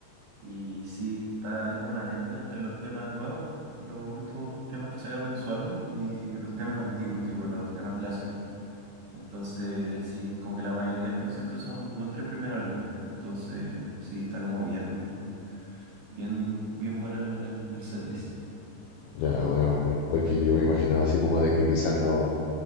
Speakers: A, on the right; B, on the left.
A: Y sí, está ahí como una mezcla entre los temas nuevos, los últimos temas que sacaron en su álbum y los temas antiguos, tipo los temas clásicos. Entonces, sí, como que la mayoría del concierto son los tres primeros álbumes. Entonces, sí, está como bien, bien, bien buena el, el, el setlist.
B: ya, bueno, ok. Porque yo me imaginaba así como de que quizás no,